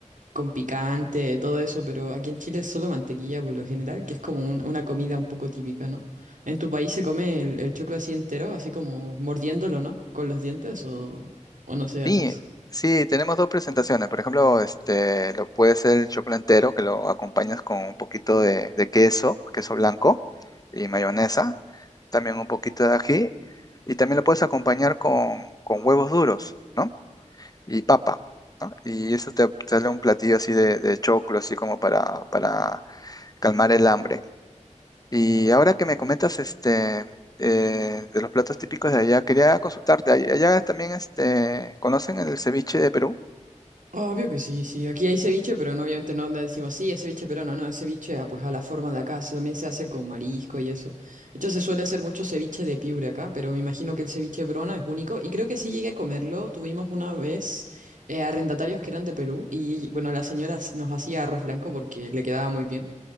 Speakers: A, on the right; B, on the left.
A: con picante, todo eso, pero aquí en Chile es solo mantequilla por lo general, que es como un- una comida un poco típica, ¿no? ¿En tu país se come el, el choclo así entero, así como mordiéndolo, ¿no? Con los dientes o, o no se hace
B: Sí,
A: eso?
B: sí, tenemos dos presentaciones. Por ejemplo, este, lo puede ser el choclo entero, que lo acompañas con un poquito de, de queso, queso blanco y mayonesa, también un poquito de ají, y también lo puedes acompañar con, con huevos duros, ¿no? Y papa, ¿no? Y eso te sale un platillo así de, de choclo, así como para, para calmar el hambre. Y ahora que me comentas este, eh, de los platos típicos de allá, quería consultarte. ¿All- ¿Allá también este, conocen el ceviche de Perú?
A: Obvio que sí, sí. Aquí hay ceviche, pero no, obviamente no le decimos, sí, es ceviche pero no, no, es ceviche ah, pues a la forma de acá. Se- También se hace con marisco y eso. De hecho, se suele hacer mucho ceviche de Piura acá, pero me imagino que el ceviche peruano es único. Y creo que sí llegué a comerlo. Tuvimos una vez eh, arrendatarios que eran de Perú y, bueno, la señora sí nos hacía arroz blanco porque le quedaba muy bien.